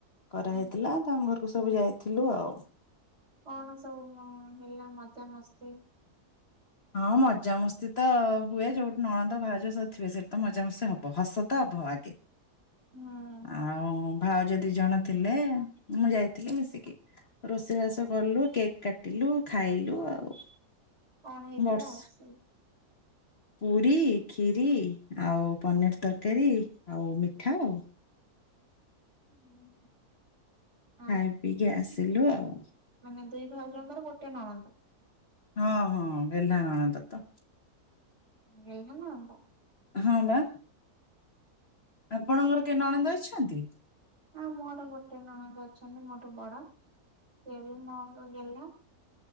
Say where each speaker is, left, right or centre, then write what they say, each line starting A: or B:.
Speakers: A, on the left (about 40°); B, on the right (about 45°).
A: କରାହେଇଥିଲା
B: ହଁ
A: ତାଙ୍କ ଘରକୁ ସବୁ ଯାଇ ଥିଲୁ ଆଉ।
B: କଣ ସବୁ ଅ-ଅ ହେଲା ମଜା ମସ୍ତି।
A: ହଁ ମଜାମସ୍ତି ତ ହୁଏ ଯୋଉଠି ନଣନ୍ଦ ଭାଉଜ ସବୁ ଥିବେ ସେଇଠି ତ ମଜାମସ୍ତି ହବ ହସ ତ ହବ ଆଗେ।
B: ହୁଁ
A: ଆଉ ଭାଉଜ ଦୁଇଜଣ ଥିଲେ ମୁଁ ଯାଇଥିଲି ମିଶିକି ରୋଷେଇବାସ କଲୁ କେକ୍ କାଟିଲୁ ଖାଇଲୁ ଆଉ।
B: କଣ ହେଇଥିଲା
A: ବର୍ଷ
B: ରୁଷେଇ?
A: ପୁରୀ, କ୍ଷୀରି, ଆଉ ପନିର ତରକାରୀ, ଆଉ ମିଠା ଆଉ।
B: ହୁଁ ହ।
A: ଖାଇ ପିଇକି ଆସିଲୁ ଆଉ।
B: ମାନେ ଦୁଇ ଭାଉଜଣଙ୍କର ଗୋଟେ ନଣନ୍ଦ।
A: ହଁ ହଁ ଗେହ୍ଲା ନଣନ୍ଦ ତ।
B: ଗେହ୍ଲା ନଣନ୍ଦ।
A: ହଁ ବା ଆପଣଙ୍କର କେହି ନଣନ୍ଦ ଅଛନ୍ତି?
B: ଆଉ ମୋର ଗୋଟେ ନଣନ୍ଦ ଅଛନ୍ତି ମୋର ବଡ ସେ ବି ମୋର ଗେଲ୍ହା।